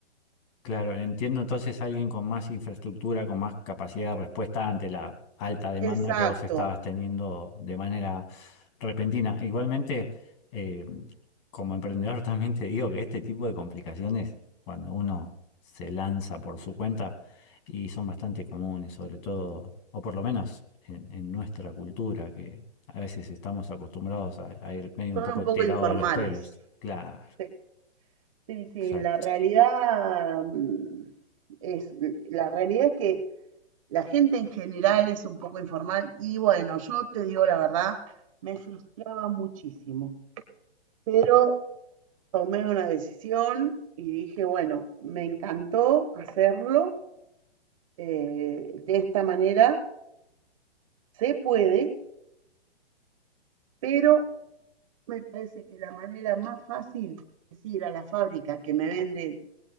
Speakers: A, on the left; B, on the right.
A: Claro, entiendo entonces alguien con más infraestructura, con más capacidad de respuesta ante la alta demanda
B: Exacto.
A: que vos estabas teniendo de manera repentina. Igualmente, eh, como emprendedor <laughs> también te digo que este tipo de complicaciones, cuando uno se lanza por su cuenta, y son bastante comunes, sobre todo, o por lo menos en, en nuestra cultura, que a veces estamos acostumbrados a, a ir medio
B: Son
A: un poco
B: un poco
A: tirado
B: informales.
A: de los pelos. Claro,
B: Se Sí, sí,
A: exacto,
B: la realidad mm, es, la realidad es que la gente en general es un poco informal y bueno, yo te digo la verdad, me frustraba muchísimo, pero tomé una decisión y dije, bueno, me encantó hacerlo eh, de esta manera, se puede, pero me parece que la manera más fácil es ir a la fábrica que me vende